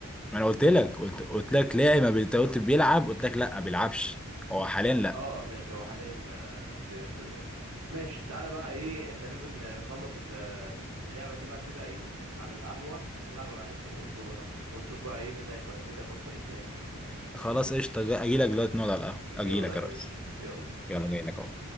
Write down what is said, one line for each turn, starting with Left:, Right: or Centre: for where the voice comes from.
Centre: ما انا قلت لك قلت قلت لك لاعب ما بي- انت قلت بيلعب قلت لك لا ما بيلعبش هو حاليا لا
Right: اه ماشي هو حاليا آه، في انتر ميامي ماشي تعالى بقى ايه احنا لازم ن- نخلص ال- اللعبة دي بقى كده ايه على القهوة نلعب بقى عليهم طبقين دومنا ونشوف بقى ايه مين اللي هيخ... مين اللي هيخسر التاني
Centre: خلاص قشطه اجي لك دلوقتي نقعد على القهوه
Right: يلا
Centre: اجي لك
Right: يا باشا
Centre: يا ريس
Right: يلا
Centre: يلا جاي لك اهو